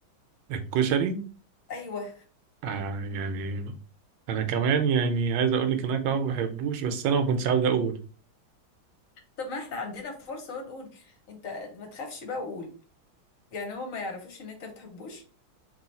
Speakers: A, on the right (about 80°); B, on the left (about 55°).
A: الكشري
B: ايوه
A: آه يعني أنا كمان يعني عايز أقول لك إن أنا كمان ما بحبوش بس أنا ما كنتش عاوز أقول
B: طب ما احنا عندنا فرصه ونقول انت ما تخافش بقى وقول يعني هو ما يعرفوش ان انت بتحبوش